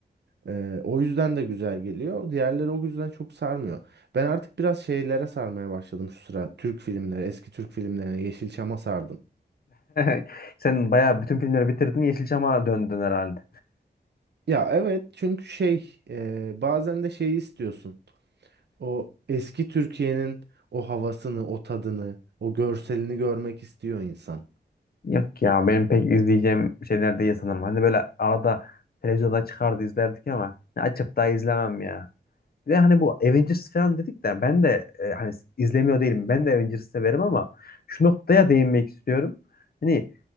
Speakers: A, on the right; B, on the left.
A: Ee, o yüzden de güzel geliyor. Diğerleri o yüzden çok sarmıyor. Ben artık biraz şeylere sarmaya başladım şu sıra. Türk filmleri, eski Türk filmlerine, Yeşilçam'a sardım.
B: <laughs> Sen baya bütün filmleri bitirdin Yeşilçam'a döndün herhalde.
A: Ya evet çünkü şey e, bazen de şeyi istiyorsun. O eski Türkiye'nin o havasını, o tadını, o görselini görmek istiyor insan.
B: Yok ya benim pek izleyeceğim şeyler değil sanırım. Hani böyle arada televizyonda çıkardı izlerdik ama ne açıp daha izlemem ya. Ve hani bu Avengers falan dedik de ben de e, hani izlemiyor değilim. Ben de Avengers severim ama şu noktaya değinmek istiyorum. Hani